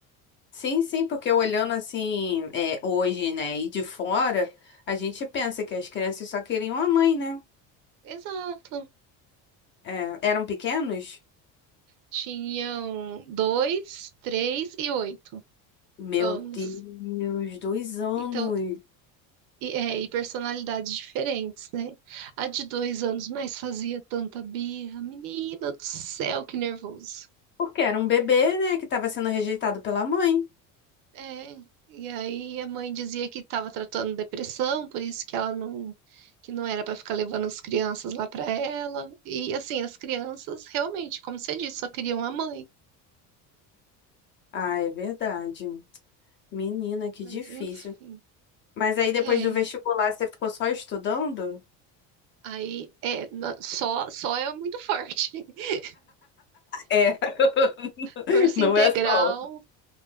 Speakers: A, on the left; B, on the right.
A: sim, sim, porque olhando assim, é, hoje, né, e de fora, a gente pensa que as crianças só queriam a mãe, né?
B: Exato.
A: É, eram pequenos?
B: Tinham dois, três e oito
A: Meu
B: anos.
A: Deus, dois anos.
B: Então, e, é, e personalidades diferentes, né? A de dois anos, mas fazia tanta birra. Menina do céu, que nervoso.
A: Porque era um bebê, né, que estava sendo rejeitado pela mãe.
B: É, e aí a mãe dizia que estava tratando depressão, por isso que ela não, que não era para ficar levando as crianças lá para ela. E assim, as crianças realmente, como você disse, só queriam a mãe.
A: Ah, é verdade. Menina, que
B: Mas
A: difícil.
B: enfim,
A: Mas aí depois
B: é,
A: do vestibular você ficou só estudando?
B: aí é na- só só é muito forte. <laughs>
A: É, <laughs>
B: Curso
A: não
B: integral,
A: é só.